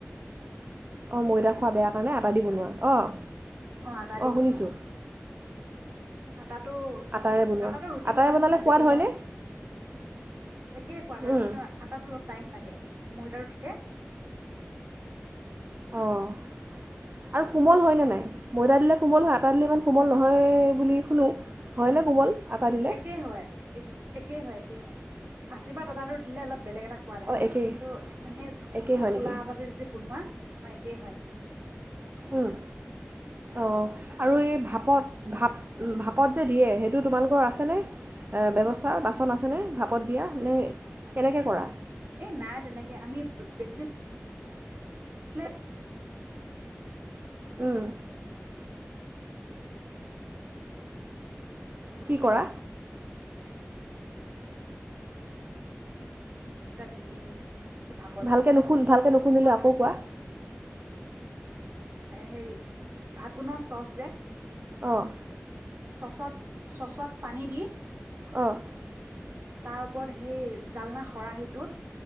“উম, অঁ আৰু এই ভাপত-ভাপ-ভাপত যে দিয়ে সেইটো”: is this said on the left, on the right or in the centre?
Right